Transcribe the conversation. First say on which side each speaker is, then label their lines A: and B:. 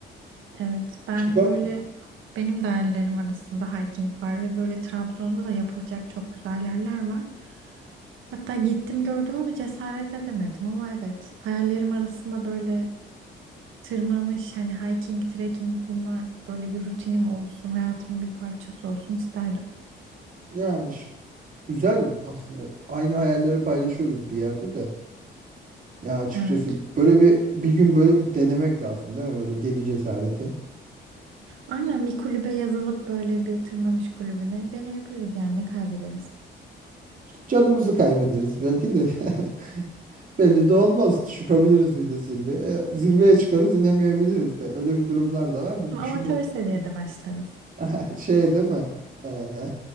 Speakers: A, on the right; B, on the right.
A: Evet, ben
B: <laughs> Chica-
A: böyle benim de hayallerim arasında hiking var ve böyle Trabzon'da da yapılacak çok güzel yerler var. Hatta gittim gördüm ama cesaret edemedim ama evet hayallerim arasında böyle tırmanış hani hiking, trekking bunlar böyle bir rutinim olsun, hayatımın bir parçası olsun isterdim.
B: Yani şu- güzel aslında. Aynı hayalleri paylaşıyoruz bir yerde de. Ya açıkçası
A: Evet.
B: böyle bir bir gün böyle bir denemek lazım değil mi? Böyle deli cesareti.
A: Aynen bir kulübe yazılıp böyle bir tırmanış kulübüne deneyebiliriz yani ne kaybederiz.
B: Canımızı kaybederiz belki de. <laughs> Belli de olmaz. Çıkabiliriz bir de zirveye. E, Zirveye çıkarız inemeyebiliriz de. Öyle bir durumlar da vardı.
A: Ama
B: Düşünme.
A: amatör seviyede başlarız.
B: <laughs> Şey değil mi? Eee,